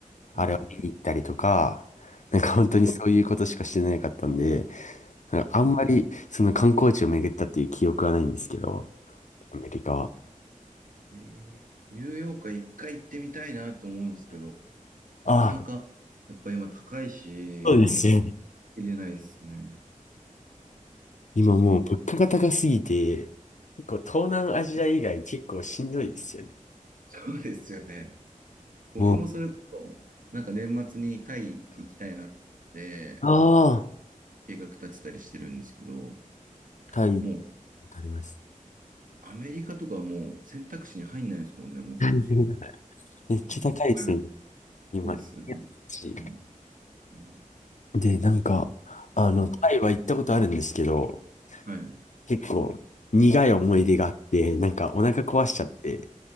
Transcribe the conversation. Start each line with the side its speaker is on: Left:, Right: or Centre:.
Left: あれを見に行ったりとか、
Right: はい。
Left: なんか本当にそういうことしかしてなかったんで、
Right: えー
Left: なんかあんまりその観光地を巡ったっていう記憶はないんですけど、
Right: うん
Left: アメリカは。
Right: えーニューヨークは一回行ってみたいなと思うんですけど、
Left: ああ、
Right: なかなか、やっぱ今高いし、
Left: そうですよね。
Right: なかな入れないですね。
Left: 今もう物価が高すぎて、
Right: うん、
Left: 結構東南アジア以外結構しんどいですよね。
Right: そうですよね。僕もそれこそ、
Left: もう、
Right: なんか年末にタイ行きたいなって
Left: ああ、
Right: 計画立てたりしてるんですけど、
Left: タイ、
Right: もう
Left: わかります。
Right: アメリカとかはもう選択肢に入んないですもんね、もうそもそも。
Left: はい。めっちゃ高いですよね、
Right: うん、<laughs>
Left: 今。
Right: そうですよね。
Left: いやし
Right: うん、うん
Left: で、なんか、あの、
Right: はい。
Left: タイは行ったことあるんですけど、
Right: はい。
Left: 結構苦い思い出があって、なんかお腹壊しちゃって、